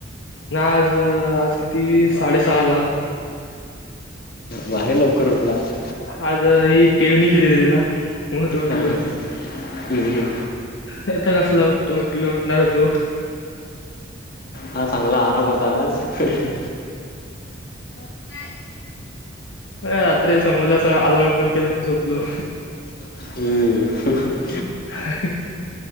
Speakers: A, on the left; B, on the left.
A: ना अ अ आज किती साडेसहा ला
B: भारी लवकर उठलास
A: आज ही पेरणीचे दिलेले ना मत उठलोय
B: हा हा हम्म, हम्म.
A: येत कसला उठतो उठलो न तू
B: हा चांगला आराम होता आज हह
A: हा हा अ रात्री समोसलं अस आलारम बंद केलो आणि झोपलो
B: हम्म
A: हह